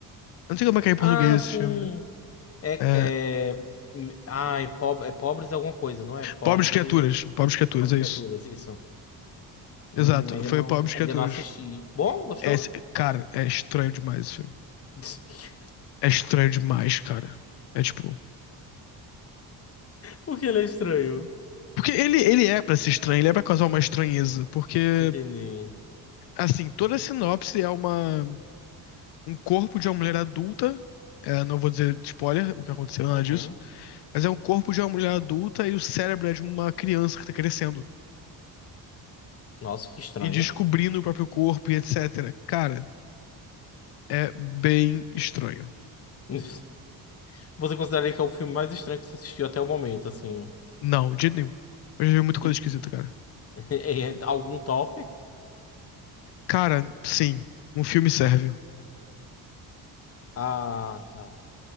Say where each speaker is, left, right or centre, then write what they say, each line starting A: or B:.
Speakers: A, on the left (about 80°); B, on the left (about 35°).
A: Eu não sei como é que é em português
B: Ah, sim.
A: esse filme.
B: É,
A: É,
B: é... hum, Ai, pobre, é pobres alguma coisa, não é? Pobre...
A: Pobres Criaturas. Pobres Criaturas,
B: Pobre
A: é
B: criaturas,
A: isso.
B: isso. Hum,
A: Exato,
B: ainda
A: foi
B: não,
A: Pobres
B: ainda
A: Criaturas.
B: não assisti. Bom, gostou?
A: É, cara, é estranho demais esse filme.
B: <laughs>
A: É estranho demais, cara. É tipo.
B: Porque ele é estranho.
A: Porque ele, ele é pra ser estranho, ele é pra causar uma estranheza. Porque,
B: Entendi.
A: assim, toda a sinopse é uma, um corpo de uma mulher adulta. é, não vou dizer spoiler, o que aconteceu, nada
B: Uhum.
A: disso. Mas é um corpo de uma mulher adulta e o cérebro é de uma criança que tá crescendo.
B: Nossa, que estranho.
A: E descobrindo o próprio corpo e etc. Cara, é bem estranho.
B: <laughs> Você consideraria que é o filme mais estranho que você assistiu até o momento, assim?
A: Não, de jeito nenhum. Eu já vi muita coisa
B: E,
A: esquisita, cara.
B: <laughs> é algum top?
A: Cara, sim, um filme serve.
B: Ah, tá.